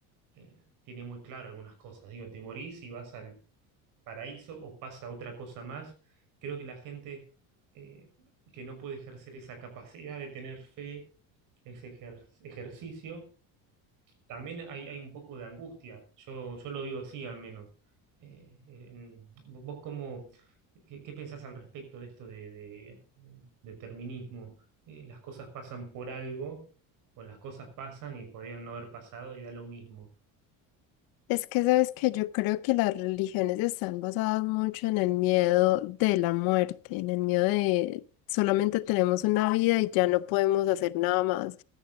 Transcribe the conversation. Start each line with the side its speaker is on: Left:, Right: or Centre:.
Right: eh, tiene muy claro algunas cosas. Digo, te morís y vas al paraíso o pasa otra cosa más. Creo que la gente eh, que no puede ejercer esa capacidad de tener fe, ese ejer- ejercicio, también hay, hay un poco de angustia. Yo, yo lo vivo así al menos. Eh, en- ¿vos cómo, qué, qué pensás al respecto de esto de, de- determinismo? Eh, las cosas pasan por algo, o las cosas pasan y podrían no haber pasado y da lo mismo.
Left: Es que sabes que yo creo que las religiones están basadas mucho en el miedo de la muerte, en el miedo de solamente tenemos una vida y ya no podemos hacer nada más.